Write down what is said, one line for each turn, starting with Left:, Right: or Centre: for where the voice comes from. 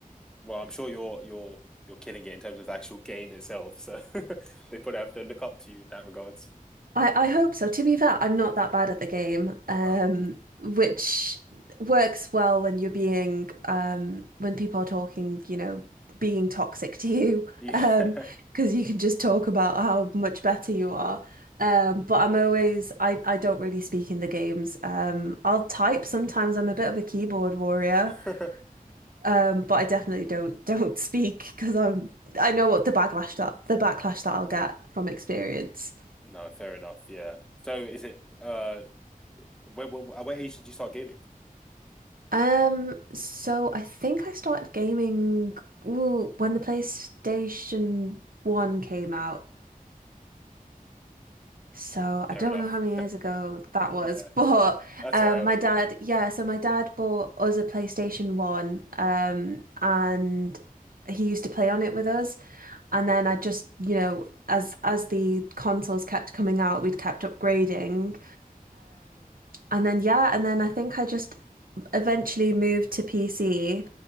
Centre: Well, I'm sure you're you're you're killing it in terms of the actual game itself. So <laughs> they probably have to look up to you in that regards.
Right: I, I hope so. To be fair, I'm not that bad at the game,
Centre: Uh-huh.
Right: um, which works well when you're being, um, when people are talking, you know, being toxic to you,
Centre: Yeah.
Right: <laughs> um, because you can just talk about how much better you are. Um, but I'm always, I, I don't really speak in the games. Um, I'll type sometimes. I'm a bit of a keyboard warrior,
Centre: <laughs>
Right: um, but I definitely don't <laughs> don't speak because I'm, I know what the backlash that the backlash that I'll get from experience.
Centre: No, fair enough. Yeah. So is it uh where, where, at what age did you start gaming?
Right: Um, so I think I started gaming ooh, when the PlayStation 1 came out. So I
Centre: Fair
Right: don't
Centre: enough.
Right: know how many
Centre: <laughs>
Right: years ago that was,
Centre: Yeah,
Right: <laughs> but
Centre: that's
Right: um,
Centre: all right.
Right: my dad, yeah, so my dad bought us a PlayStation 1 uh, and he used to play on it with us. And then I just, you know, as as the consoles kept coming out, we'd kept upgrading. And then yeah, and then I think I just eventually moved to PC